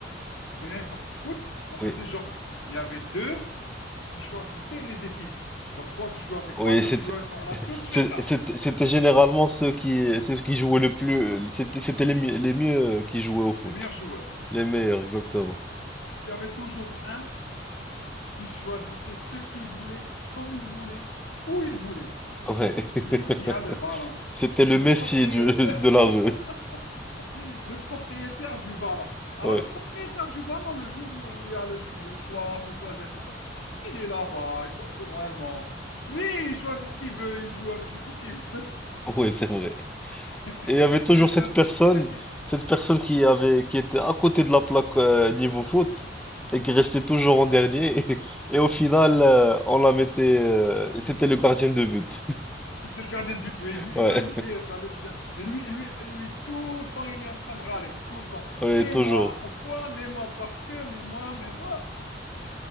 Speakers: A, on the left; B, in the centre.
A: quand il y a une partie de foot, on faisait
B: Oui,
A: genre, il y avait deux qui choisissaient les équipes. Genre, toi, tu joues avec
B: oui,
A: moi, toi,
B: c'était,
A: tu joues avec moi. On a tous fait
B: c'est-
A: ça,
B: c'était c'était généralement ceux qui, ceux qui jouaient le plus, c'était, c'était les mieux, les mieux qui jouaient au foot,
A: les meilleurs joueurs.
B: les meilleurs, exactement.
A: Il y avait toujours un qui choisissait ce qu'il voulait, comme il voulait, où il voulait.
B: Ouais,
A: C'est celui
B: <laughs>
A: qui a le ballon.
B: c'était
A: C'est
B: le Messi
A: le propriétaire,
B: du, de
A: <laughs>
B: la rue.
A: le propriétaire du ballon. Alors,
B: Ouais,
A: le propriétaire du ballon, le jour où il y a le, ch- le choix, faut choisir tout ça. Il est là-bas, il s'en fout réellement. Lui, il choisit ce qu'il veut, il joue avec l'équipe qu'il veut.
B: ouais, c'est vrai.
A: <laughs>
B: Et il y avait
A: Ça, c'est
B: toujours
A: c'est
B: cette
A: un
B: personne,
A: truc.
B: cette personne qui avait, qui était à côté de la plaque euh, niveau foot et qui restait toujours en dernier. <laughs> Et, au final, euh, on la mettait. euh, et c'était le gardien de but. <laughs>
A: C'était le gardien de but, oui. Lui,
B: Ouais,
A: j'allais le dire, j'allais le dire. Et lui, et lui, et lui, tout le temps, il est en train de râler, tout le temps.
B: ouais,
A: Mais
B: toujours.
A: moi, pourquoi? Mais moi, parce que, mais moi, mais moi.